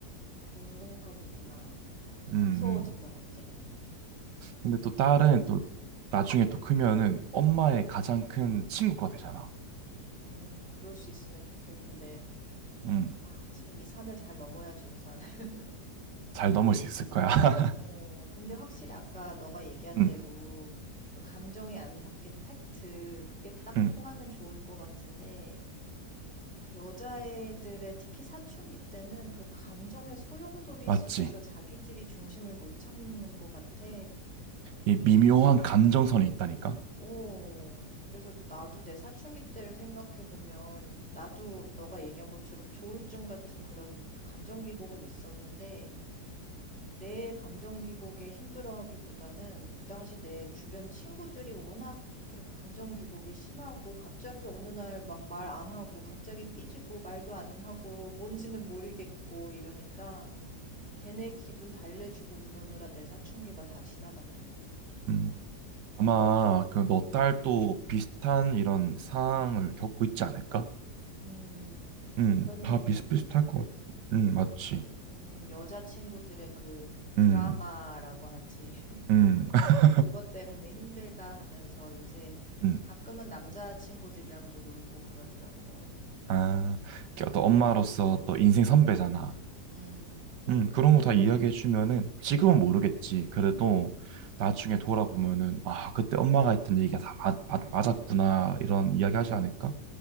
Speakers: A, in the centre; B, on the right.
A: 그런가 보구나. 어,
B: 음,
A: 음.
B: 음.
A: 무서워진다, 갑자기.
B: 근데 또 딸은 또 나중에 또 크면은 엄마의 가장 큰 친구가 되잖아.
A: 어, 그럴 수 있으면 좋겠는데.
B: 음,
A: 아, 지금 이 산을 잘 넘어야지, 우선. <laughs>
B: 잘 넘을 수 있을 거야. <laughs>
A: 어, 근데 확실히 아까 너가 얘기한
B: 음,
A: 대로 그 감정이 안 섞인 팩트, 그게 딱
B: 음,
A: 통하면 좋을 것 같은데, 여자애들의 특히 사춘기 때는 그 감정의 소용돌이
B: 맞지.
A: 속에서 자기들이 중심을 못 잡는 것 같아.
B: 이 미묘한 감정선이 있다니까.
A: 오, 그래서 나도 내 사춘기 때를 생각해보면, 나도 너가 얘기한 것처럼 조울증 같은 그런 그 감정 기복은 있었는데, 내 감정 기복에 힘들어하기보다는 그 당시 내 주변 친구들이 워낙 그렇게 감정 기복이 심하고, 갑자기 어느 날 막 말 안 하고, 갑자기 삐지고, 말도 안 하고, 뭔지는 모르겠고, 이러니까, 걔네 기분 달래주고 그러느라 내 사춘기가 다 지나갔던 것 같아.
B: 음, 아마 그 너 딸 또 비슷한 이런 상황을 겪고 있지 않을까?
A: 음,
B: 음,
A: 그런
B: 다
A: 얘기는
B: 비슷비슷할
A: 하더라고.
B: 것 같, 음, 맞지.
A: 음 여자친구들의 그
B: 음,
A: 드라마라고 하지. <laughs>
B: 음. <laughs>
A: 그것 때문에 힘들다 하면서 요새
B: 음.
A: 가끔은 남자친구들이랑도 놀고 그러더라고.
B: 아, 이렇게 어떤 엄마로서 또 인생 선배잖아.
A: 음.
B: 음, 그런 거 다 이야기해주면은 지금은 모르겠지. 그래도 나중에 돌아보면은, 아, 그때 엄마가 했던 얘기가 다 맞, 맞, 맞았구나. 이런 이야기 하지 않을까?